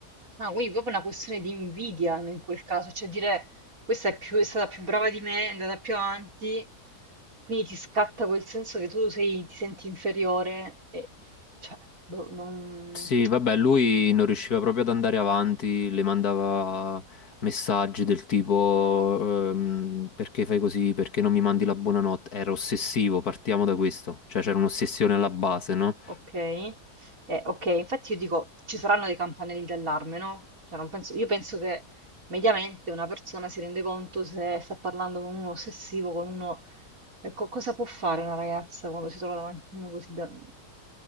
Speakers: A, on the right (about 55°); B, on the left (about 65°).
A: Ah, quindi proprio una questione di invidia in quel caso, cioè dire questa è, più- è stata più brava di me, è andata più avanti, quindi ti scatta quel senso che tu sei- ti senti inferiore e cioè, boh, non...
B: Sì, vabbè, lui non riusciva proprio ad andare avanti, le mandava messaggi del tipo ehm, perché fai così, perché non mi mandi la buonanotte. Era ossessivo, partiamo da questo, cioè c'era un'ossessione alla base, no?
A: Ok, Eh, ok, infatti io dico, ci saranno dei campanelli d'allarme, no? Cioè, non penso- io penso che mediamente una persona si rende conto se sta parlando con uno ossessivo, con uno... Ecco, cosa può fare una ragazza quando si trova davanti a uno così da...